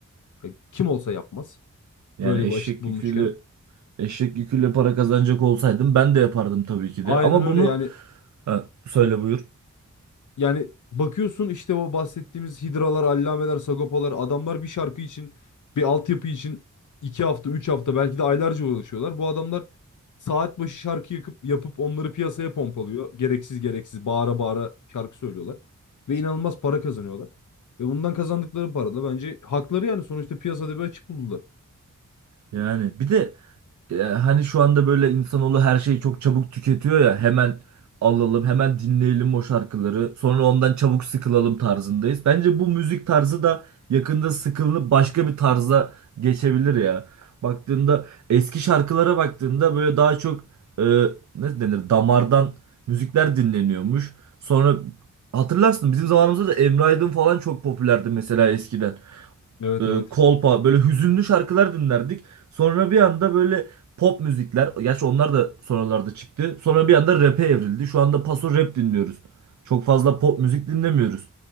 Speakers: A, on the left; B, on the right.
A: e, kim olsa yapmaz
B: Yani
A: böyle
B: eşek
A: bir açık bulmuşken.
B: yüküyle eşek yüküyle para kazanacak olsaydım ben de yapardım tabii ki
A: Aynen
B: de. Ama
A: öyle
B: bunu
A: yani
B: ha, söyle buyur.
A: Yani bakıyorsun işte o bahsettiğimiz hidralar, allameler, sagopalar adamlar bir şarkı için, bir altyapı için iki hafta, üç hafta belki de aylarca uğraşıyorlar. Bu adamlar saat başı şarkı yakıp, yapıp onları piyasaya pompalıyor. Gereksiz gereksiz bağıra bağıra şarkı söylüyorlar. Ve inanılmaz para kazanıyorlar. Ve bundan kazandıkları para da bence hakları yani sonuçta piyasada bir açık buldular.
B: Yani bir de Ya hani şu anda böyle insanoğlu her şeyi çok çabuk tüketiyor ya hemen alalım hemen dinleyelim o şarkıları sonra ondan çabuk sıkılalım tarzındayız. Bence bu müzik tarzı da yakında sıkılınıp başka bir tarza geçebilir ya. Baktığında eski şarkılara baktığında böyle daha çok e, ne denir damardan müzikler dinleniyormuş. Sonra hatırlarsın bizim zamanımızda da Emre Aydın falan çok popülerdi mesela eskiden
A: Evet
B: e,
A: evet.
B: kolpa böyle hüzünlü şarkılar dinlerdik. Sonra bir anda böyle pop müzikler, gerçi onlar da sonralarda çıktı. Sonra bir anda rap'e evrildi. Şu anda paso rap dinliyoruz. Çok fazla pop müzik dinlemiyoruz.